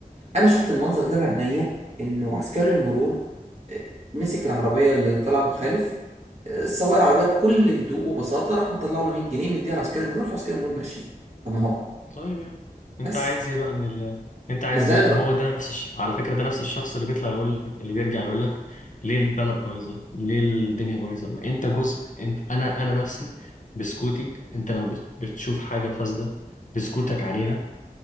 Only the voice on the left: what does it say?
طيب يعني انت
عايز ايه بقى من ال... انت عايز
ايه
هو
ده نفس الش... على فكره ده نفس الشخص اللي بيطلع يقول لك اللي بيرجع يقول لك ليه البلد بايظه ليه الدنيا بايظه ما انت جزء انت انا انا نفسي بسكوتي انت لما بت- بتشوف حاجه فاسده بسكوتك عليها